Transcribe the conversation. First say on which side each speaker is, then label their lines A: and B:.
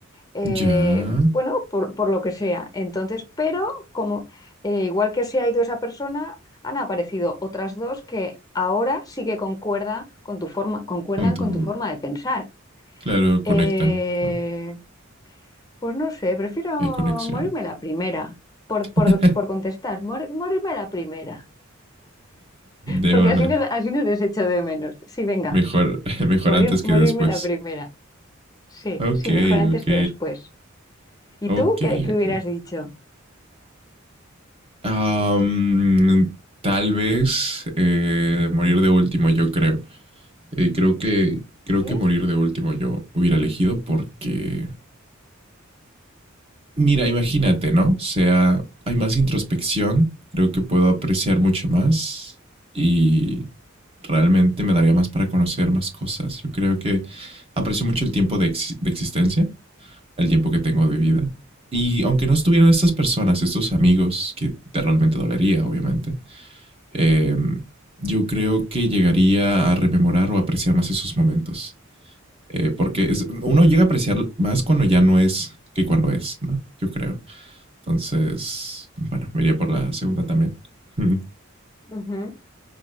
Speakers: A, on the left; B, on the right.
A: eh,
B: Ya,
A: bueno, por, por lo que sea. Entonces, pero como eh, igual que se ha ido esa persona, han aparecido otras dos que ahora sí que concuerda con tu forma, concuerdan
B: con tu...
A: con tu forma de pensar.
B: Claro, conectan,
A: Eh,
B: ¿no?
A: pues no sé, prefiero
B: Hay conexión.
A: morirme la primera, por, por,
B: <laughs>
A: por contestar, mor- morirme la primera,
B: De
A: porque
B: una.
A: así no, así no les echo de menos. Sí, venga,
B: Mejor, <laughs> mejor
A: morir,
B: antes
A: morirme
B: que después.
A: la primera. Sí,
B: Ok,
A: sí, mejor antes
B: ok,
A: que después. ¿Y
B: ok,
A: tú qué, qué
B: ok.
A: hubieras dicho?
B: Am, tal vez eh, morir de último, yo creo. Eh, creo que creo
A: ¿Sí?
B: que morir de último yo hubiera elegido porque, mira, imagínate, ¿no? O sea, hay más introspección, creo que puedo apreciar mucho más y realmente me daría más para conocer más cosas. Yo creo que aprecio mucho el tiempo de, ex- de existencia, el tiempo que tengo de vida. Y aunque no estuvieran estas personas, estos amigos, que te realmente dolería, obviamente, eh, yo creo que llegaría a rememorar o apreciar más esos momentos. Eh, porque es, uno llega a apreciar más cuando ya no es que cuando es, ¿no? Yo creo. Entonces, bueno, me iría por la segunda también. <laughs> o
A: Ujú.